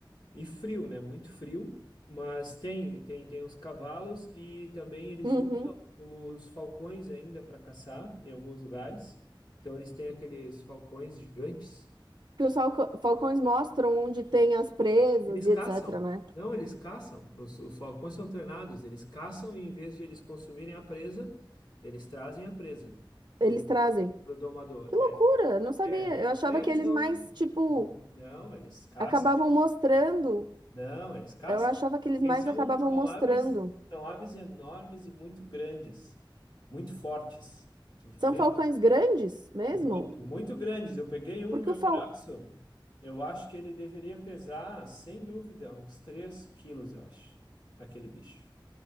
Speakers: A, on the left; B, on the right.
A: E frio, né? Muito frio, mas tem tem tem uns cavalos e também eles
B: Uhum.
A: usam os falcões ainda para caçar em alguns lugares. Então eles têm aqueles falcões gigantes.
B: Que os falco- falcões mostram onde tem as presas
A: Eles
B: e
A: caçam.
B: etc, né?
A: Não, eles caçam. Os, os falcões são treinados. Eles caçam e em vez de eles consumirem a presa, eles trazem a presa pro,
B: Eles trazem.
A: pro domador.
B: Que loucura,
A: É,
B: não sabia.
A: é.
B: Eu achava
A: É, Eles
B: que eles
A: são.
B: mais, tipo,
A: Não, eles caçam.
B: acabavam mostrando.
A: Não, eles caçam.
B: Eu achava que eles
A: Porque
B: mais
A: são,
B: acabavam
A: são
B: mostrando.
A: aves, são aves enormes e muito grandes, muito fortes. Tu vê?
B: São falcões grandes mesmo?
A: Muito, muito grandes. Eu peguei um
B: Porque
A: no meu
B: o
A: braço,
B: fal...
A: eu acho que ele deveria pesar, sem dúvida, uns 3 quilos, eu acho, aquele bicho.